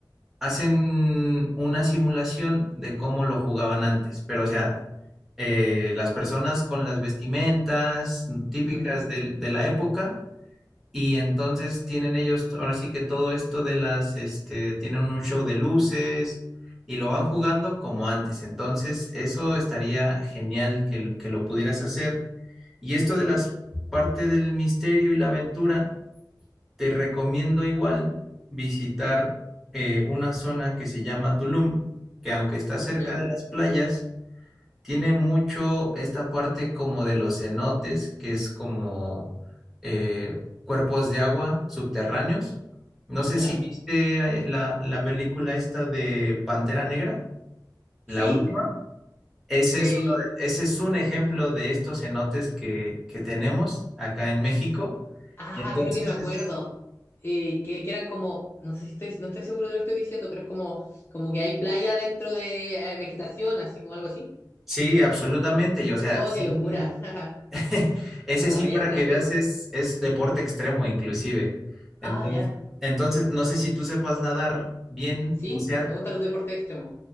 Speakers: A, in the centre; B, on the left.
A: hacen una simulación de cómo lo jugaban antes, pero o sea, eh, las personas con las vestimentas típicas
B: ujú,
A: del- de la época y entonces tienen ellos, ahora sí que todo esto de las, este, tienen un show de luces y lo van jugando como antes. Entonces, eso estaría genial que, lo- que lo pudieras hacer. Y esto de las parte del misterio y la aventura, te recomiendo igual visitar eh, una zona que se llama Tulum, que aunque está cerca
B: ¿Ya?
A: de las playas, tiene mucho esta parte como de los cenotes, que es como eh, cuerpos de agua subterráneos. No sé
B: ¿Ya?
A: si viste eh, la, la película esta de Pantera Negra,
B: Sí,
A: la última. Ese
B: el...
A: es uno de- ese es un ejemplo de estos cenotes que, que tenemos acá en México.
B: Ah,
A: Y entonces,
B: creo que me acuerdo.
A: es-
B: eh, que, que eran como, no sé si estoy, no estoy seguro de lo que estoy diciendo, pero es como, como que hay playa dentro de eh, vegetación, así como algo así.
A: sí, absolutamente. Y o sea,
B: Oh,
A: son
B: qué locura. <laughs>
A: <laughs> Ese
B: Como caverna
A: sí, para que
B: y
A: veas,
B: cosas.
A: es, es deporte extremo inclusive. Entonces,
B: Ah, ya.
A: entonces, no sé si tú sepas nadar bien,
B: Sí,
A: bucear.
B: me gustan los deportes extremos.